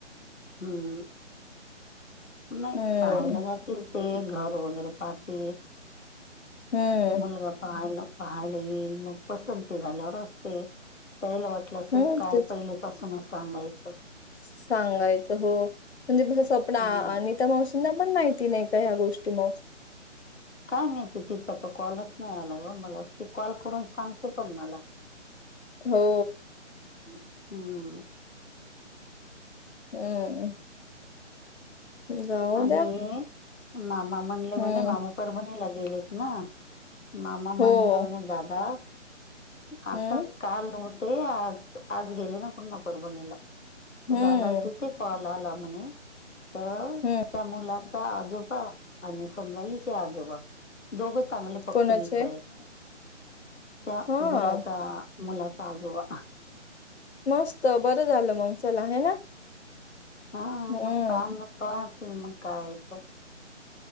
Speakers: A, on the left; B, on the left.
A: हम्म नाही
B: हम्म
A: पाहायला जात तीथे घर वगैरे पाहते
B: हम्म
A: मुलगा पाहायला पाहायला येईल म पसंती झाल्यावरच ते त्याला वाट लं असेल
B: हम्म
A: काय
B: तेच
A: पहिले पाासूनच सांगायचं.
B: सांगायचं हो, म्हणजे कसं स्वप्न आ
A: हम्म
B: आणि त्या मावशीनां पण माहिती नाही का, या गोष्टी मग?
A: काय माहिती तिचा तो कॉलच नाही आला ओ, मला ती कॉल करून सांगते पण मला. <inaudible>
B: हो.
A: हं.
B: हम्म. जाऊ
A: आणि
B: द्या
A: मामा म्हणले म्हणे
B: हम्म
A: मामा परभणीला गेलेत ना मामा म्हणले
B: हो
A: म्हणे दादा आता
B: हम्म
A: काल होते आज आज गेले ना पुन्हा परभणीला. दादाला
B: हम्म
A: तिथे कॉल आला म्हणे तर त्या
B: हम्म
A: मुलाचा आजोबा आणि समजा हिचे आजोबा दोघं चांगले पक्के
B: कोणाचे
A: मित्र आहेत. त्या
B: हा
A: मुलाचा मुलाचा आजोबा
B: मस्त बरं झालं मग. चला आहे ना
A: हा
B: हम्म
A: मग पान <unintelligible> मग काय तर.